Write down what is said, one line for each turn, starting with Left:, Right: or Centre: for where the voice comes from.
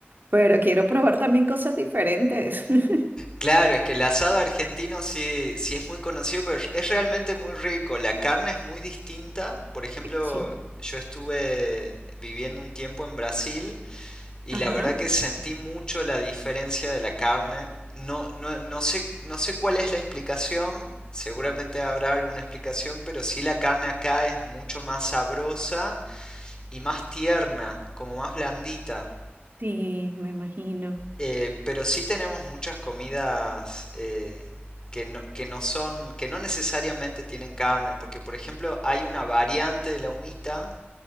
Right: pero quiero probar también cosas diferentes. <laughs>
Left: claro, es que el asado argentino sí, sí es muy conocido, pero es es realmente muy rico. La carne es muy distinta. Por ejemplo,
Right: Sí.
Left: yo estuve viviendo un tiempo en Brasil y
Right: Ajá.
Left: la verdad que sentí mucho la diferencia de la carne. No, no, no sé, no sé cuál es la explicación. Seguramente habrá alguna explicación, pero sí la carne acá es mucho más sabrosa y más tierna, como más blandita.
Right: Sí, me imagino.
Left: Eh, pero sí tenemos muchas comidas eh, que, no, que no son, que no necesariamente tienen carne, porque por ejemplo hay una variante de la humita